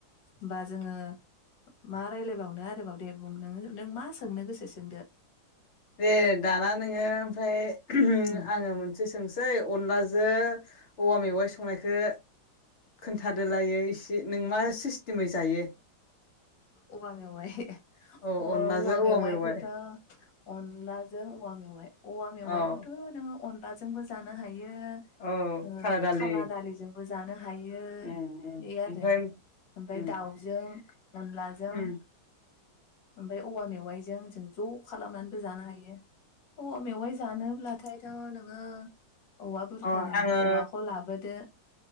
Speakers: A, on the left; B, on the left.
A: होमबा जोङो मा रायजलायबावनो आरोबाव दे बुं नो नों मा सोंनो गोसो सोंदो।
B: दे दाना नोङो ओमफ्राय
A: उम
B: आङो मोनसे सोंसै अनलाजों औवा मेवाइ संनायखौ खोन्थादोलायो इसे नों मा सिस्टेमै जायो।
A: औवा मेवाइ
B: औ
A: औवा
B: अनलाजों
A: मेवाइखौथ'
B: मेवाइ
A: अनलाजों औवा मेवाइ औवा मेवाइखौथ'
B: औ
A: नोङो अन बाजोंबो जानो हायो। हायो
B: औ
A: ओ
B: दालि
A: खाला दालिजोंबो बो जानो हायो
B: उम उम
A: बे आरो
B: ओमफ्राय
A: ओमफाय
B: उम
A: दाउजों अनलाजों
B: उम
A: ओमफाय औवा मेवाइजों जों ज' खालामनानैबो जानो हायो औवा मेवाय जानो ब्लाथायथ' नोङो औवा बुरखानि
B: ओ अ आङो
A: औवाखौ लाबोदो